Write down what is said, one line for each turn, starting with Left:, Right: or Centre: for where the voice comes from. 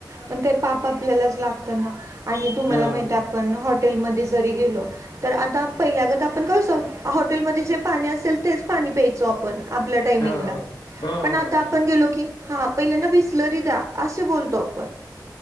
Right: पण ते पाप आपल्यालाच लागत ना आणि तुम्हाला
Left: हो
Right: माहिती
Left: हो
Right: आप पण हॉटेलमध्ये जरी गेलो तर आता पहिल्यागत आपण कस, हॉटेलमध्ये जे पाणी असेल तेच पाणी प्यायचो आपण आपल्या टायमिंगला,
Left: हो हो
Right: पण आता
Left: हो
Right: आपण गेलो की हा पहिल्यांदा बिसलरी द्या असे बोलतो आपण.